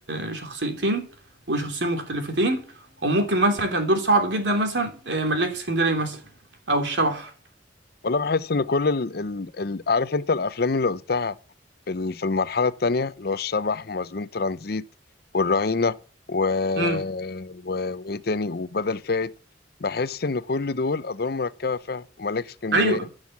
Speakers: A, on the right; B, on the left.
A: بشخصيتين وشخصيتين مختلفتين وممكن مثلا كان دور صعب جدا مثلا آه، ملاك اسكندرية مثلا أو الشبح
B: ولا بحس إن كل ال... ال... ال... عارف أنت الأفلام اللي قلتها في ال- في المرحلة التانية اللي هو الشبح ومسجون ترانزيت والرهينة و...
A: امم
B: و... وإيه تاني وبدل فائت بحس إن كل دول أدوار مركبة فعلا وملاك اسكندرية
A: أيوه